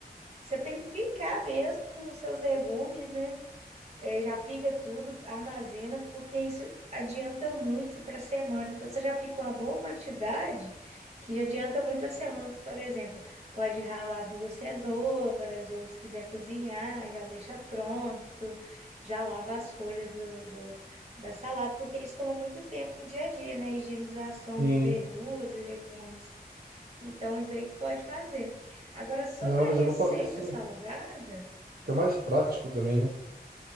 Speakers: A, on the right; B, on the right.
A: você tem que picar mesmo os seus legumes, né? eh, já pica tudo, armazena, porque isso adianta muito para a semana. Então, você já pica uma boa quantidade, que já adianta muito para a semana. Por exemplo, pode ralar duas cenouras, ou se quiser cozinhar, já deixa pronto, já lava as folhas do, do- da salada, porque isso toma muito tempo no dia a dia, né? Higienização
B: Sim.
A: de verduras e legumes. Então, isso daí que pode fazer. Agora, sobre
B: Não, mas
A: a receita
B: eu vou fazer assim.
A: salgada.
B: Fica mais prático também, né?